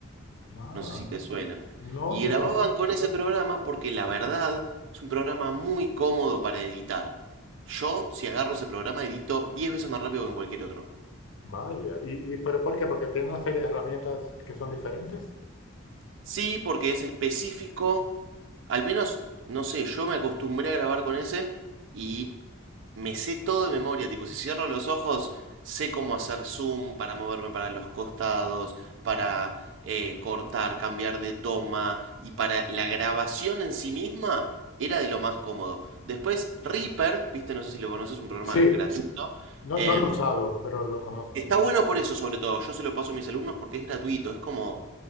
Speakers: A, on the left; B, on the right.
A: Ah,
B: No sé si te suena.
A: no,
B: Y
A: no
B: grababan
A: lo conozco.
B: con ese programa porque la verdad es un programa muy cómodo para editar. Yo, si agarro ese programa, edito 10 veces más rápido que en cualquier otro.
A: Vaya, ¿y, y pero por qué? Porque tiene una serie de herramientas que son diferentes.
B: Sí, porque es específico. Al menos, no sé, yo me acostumbré a grabar con ese y me sé todo de memoria, tipo, si cierro los ojos, sé cómo hacer zoom para moverme para los costados, para eh, cortar, cambiar de toma, y para la grabación en sí misma era de lo más cómodo. Después, Reaper, viste, no sé si lo conoces, es un programa
A: Sí,
B: gratuito.
A: no,
B: em,
A: no lo he usado, pero lo conozco,
B: está
A: sí.
B: bueno por eso, sobre todo. Yo se lo paso a mis alumnos porque es gratuito, es como...